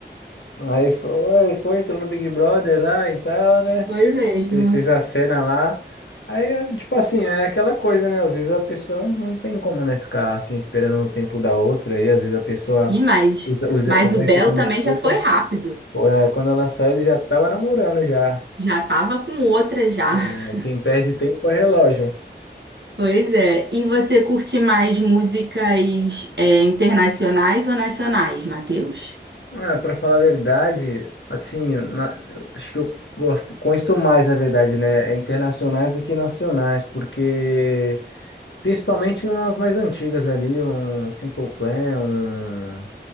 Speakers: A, on the left; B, on the right.
A: Aí foi, foi, entrou no Big Brother lá e tal, né?
B: Foi mesmo.
A: Ele fez a cena lá. Aí, é, tipo assim, é aquela coisa, né? Às vezes a pessoa não não tem como, né, ficar assim esperando o tempo da outra. E às vezes a pessoa
B: E mais.
A: usa, usa,
B: Mas
A: usa
B: o Belo
A: isso como
B: também
A: desculpa.
B: já foi rápido.
A: Pô, é, Quando ela saiu, ele já tava namorando já.
B: Já tava com outra já.
A: É,
B: <laughs>
A: Quem perde tempo é relógio.
B: Pois é. E você curte mais músicas é, internacionais ou nacionais, Matheus?
A: Ah, para falar a verdade, assim, na- eu acho que eu gosto, conheço mais, na verdade, né? é Internacionais do que nacionais, porque principalmente umas mais antigas ali, um Simple Plan, um